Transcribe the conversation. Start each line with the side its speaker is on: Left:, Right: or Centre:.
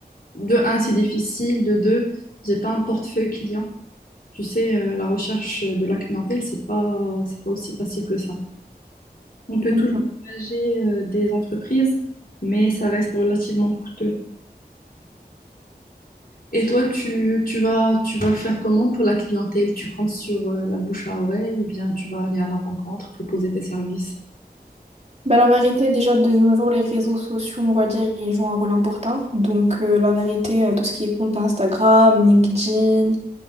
Left: de un, c'est difficile. De deux, j'ai pas un portefeuille client. Tu sais, euh, la recherche de la clientèle, c'est pas, c'est pas aussi facile que ça. On peut
Right: Mhm.
Left: toujours engager euh, des entreprises, mais ça reste relativement coûteux. Et toi, tu, tu vas, tu vas faire comment pour la clientèle? Tu comptes sur euh, la bouche à oreille ou bien tu vas aller à la rencontre, proposer tes services?
Right: Bah, la vérité, déjà de nos jours, les réseaux sociaux, on va dire, ils jouent un rôle important. Donc, euh, la vérité, euh, tout ce qui est compte Instagram, LinkedIn,